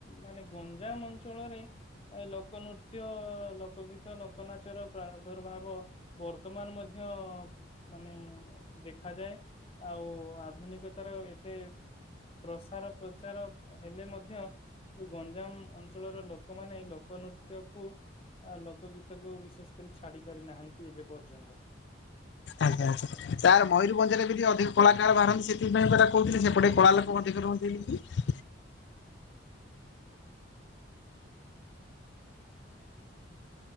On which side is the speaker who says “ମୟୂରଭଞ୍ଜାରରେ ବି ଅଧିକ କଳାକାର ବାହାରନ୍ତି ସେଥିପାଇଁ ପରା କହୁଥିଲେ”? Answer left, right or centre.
Left